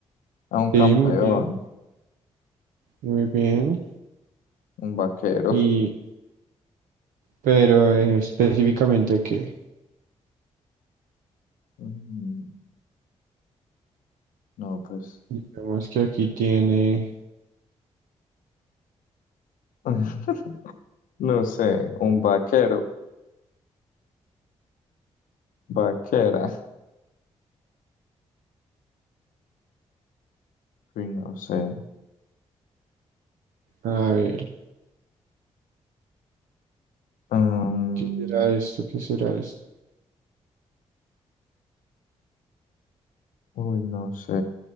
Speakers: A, on the left; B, on the right.
A: a un campeón,
B: Sí, muy bien, muy bien.
A: un vaquero.
B: Y, pero eh, específicamente que,
A: Mm, No, pues,
B: digamos que aquí tiene.
A: <laughs> no sé, un vaquero, vaquera. Uy, no sé.
B: A ver,
A: Mm,
B: ¿qué será esto? ¿Qué será esto?
A: uy, no sé.